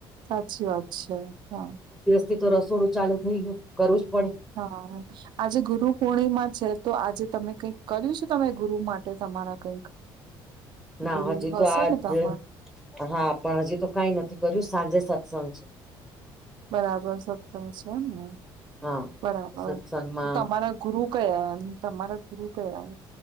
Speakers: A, on the right; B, in the centre.
A: સાચી વાત છે હા.
B: તે તો રસોડું ચાલુ થઈ ગયું કરવું જ પડે
A: હા. આજે ગુરુ પૂર્ણિમા છે તો આજે તમે કઈક કર્યું છે તમે ગુરુ માટે તમારા કઈક
B: ના
A: ગુરુ
B: હજી
A: હશે
B: તો આજ
A: ને તમાર
B: જો હા, પણ હજી તો કાઈ નથી કર્યું સાંજે સત્સંગ છે.
A: બરાબર સત્સંગ છે એમ ને.
B: હા
A: બરાબર
B: સત્સંગમાં
A: તમારા ગુરુ કયા એમ તમારા ગુરુ કયા